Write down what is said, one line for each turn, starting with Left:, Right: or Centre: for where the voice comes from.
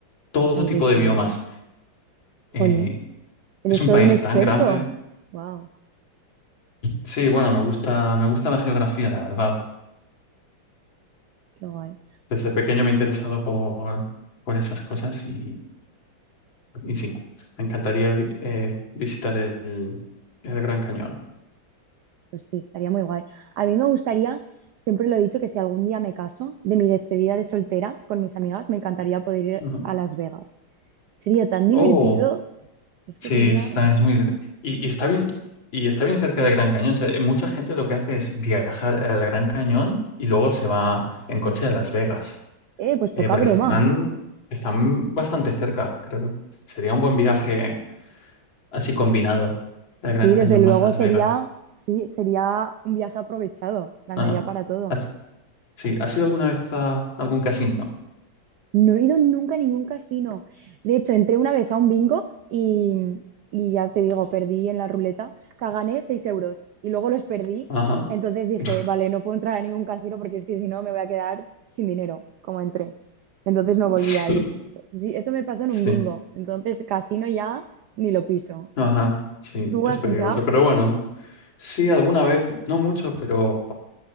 Left: todo
Right: hay
Left: tipo
Right: de todo.
Left: de biomas.
Right: Jolín.
Left: Eh,
Right: Eres
Left: es un
Right: todo
Left: país
Right: un experto.
Left: tan grande.
Right: Wow,
Left: Sí, bueno, me gusta, me gusta la geografía, la verdad.
Right: qué guay.
Left: Desde pequeño me he interesado por, por esas cosas y, y sí, me encantaría vi- eh, visitar el, el Gran Cañón.
Right: Pues sí, estaría muy guay. A mí me gustaría, siempre lo he dicho, que si algún día me caso, de mi despedida de soltera con mis amigas, me encantaría poder ir
Left: Ujú.
Right: a Las Vegas. Sería tan divertido,
Left: Oh,
Right: es
Left: sí,
Right: que sería,
Left: es, también es muy... gr- Y, y está bien, y está bien cerca del Gran Cañón. O sea, mucha gente lo que hace es viajar al Gran Cañón y luego se va en coche a Las Vegas.
Right: eh, pues poca
Left: eh, porque
Right: broma.
Left: están, están bastante cerca. Creo que sería un buen viaje así combinado, el
Right: Sí,
Left: Gran Cañón
Right: desde luego
Left: más Las
Right: sería,
Left: Vegas.
Right: sí, sería un viaje aprovechado, me andaría
Left: Ajá.
Right: para todo.
Left: ¿Has, sí, ¿has ido alguna vez a algún casino?
Right: No he ido nunca a ningún casino. De hecho, entré una vez a un bingo y, y ya te digo, perdí en la ruleta. O sea, gané 6 euros y luego los perdí.
Left: Ajá.
Right: Entonces dije,
Left: <laughs>
Right: vale, no puedo entrar a ningún casino porque es que si no me voy a quedar sin dinero, como entré. Entonces no volví
Left: Sí,
Right: a ir. Sí, eso me pasó en
Left: sí.
Right: un bingo. Entonces, casino ya ni lo piso.
Left: Ajá. Sí,
Right: ¿Tú
Left: es
Right: has
Left: peligroso.
Right: entrado?
Left: Pero bueno, sí, alguna vez, no mucho, pero,